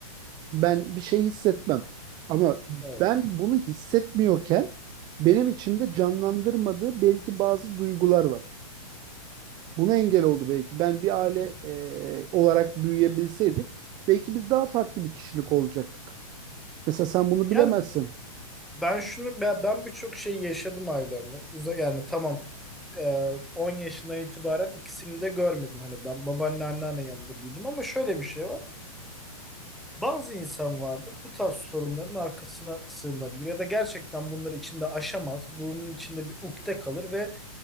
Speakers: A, on the right; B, in the centre.
A: ben bir şey hissetmem. Ama
B: Evet.
A: ben bunu hissetmiyorken benim içimde canlandırmadığı belki bazı duygular var. Buna engel oldu belki. Ben bir aile e, olarak büyüyebilseydik belki biz daha farklı bir kişilik olacaktık. Mesela sen bunu
B: Yani
A: bilemezsin.
B: ben şunu ben, ben birçok şey yaşadım ailemle. Uza yani tamam e, 10 yaşından itibaren ikisini de görmedim. Hani ben babaanne anneanne yanında büyüdüm ama şöyle bir şey var. Bazı insan vardır bu tarz sorunların arkasına sığınabilir ya da gerçekten bunları içinde aşamaz. Bunun içinde bir ukde kalır ve